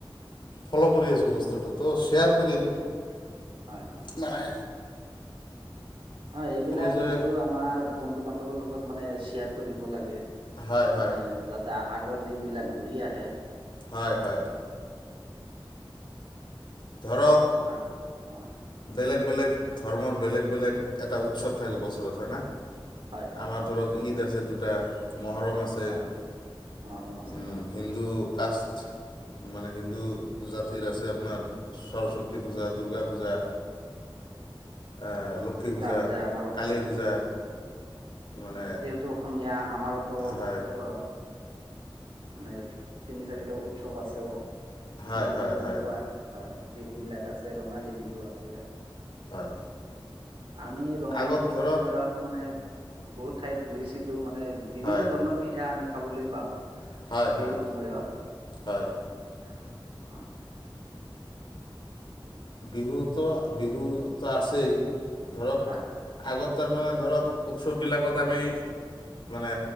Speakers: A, on the left (about 60°); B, on the right (about 80°).
A: ফ'ল' কৰি আছোঁ বস্তুটো, ত'শ্বেয়াৰ কৰিম।
B: হয়, হয়, হয়।
A: মানে
B: হয়, এইবিলাক
A: ক'লোঁ যে
B: বস্তু আমাৰ বন্ধু-বান্ধৱৰ লগত মানে শেয়াৰ কৰিব লাগে,
A: হয় হয়
B: মানে যাতে আগৰ দিন বিলাক ঘূৰি আহে।
A: হয়, হয়। ধৰক
B: আৰু হয়।
A: বেলেগ বেলেগ ধৰ্মৰ বেলেগ বেলেগ এটা উৎসৱ থাকে বছৰত হয় না?
B: হয়, হয়,
A: আমাৰ
B: হয়,
A: ধৰক ঈদ আছে দুটা মহহৰম আছে।
B: হয়,
A: উম,
B: মহৰম আছে হয়,
A: হিন্দু কাষ্টষ্ট। মানে হিন্দু জাতিৰ আছে আপোনাৰ সৰস্বতী পূজা, দুৰ্গা পূজাৰ। এ, লক্ষী পূজা,
B: তাৰপতে আমাৰ
A: কালী পূজা মানে
B: টো অসমীয়া আমাৰতো
A: হয়
B: অ' মানে তিনি চাৰিটা উৎসৱ আছে।
A: হয়
B: বিহু
A: হয়
B: যেনেকুৱা
A: হয়
B: হয়, বিহু বিলাক আছে, ৰঙালী বিহু আছে।
A: হয়।
B: আমি ৰঙালী
A: আগত
B: বিহুৰ
A: ধৰক
B: সময়ত মানে বহুত ঠাইত ঘূৰিছিলো, মানে বিভিন্ন
A: হয়
B: ধৰণৰ পিঠা আমি খাবলৈ পাওঁ,
A: হয়
B: বিহুৰ
A: হয়
B: সময়ত।
A: হয়
B: অ'।
A: বিহুতো, বিহুটো আছেই ধৰক।
B: হয়।
A: আগত তাৰমানে ধৰক উৎসৱবিলাকত আমি মানে